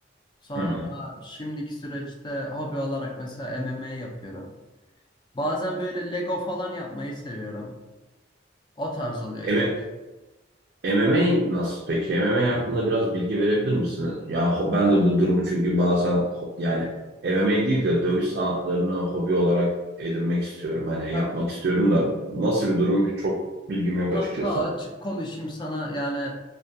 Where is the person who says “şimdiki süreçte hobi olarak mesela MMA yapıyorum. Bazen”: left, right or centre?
Left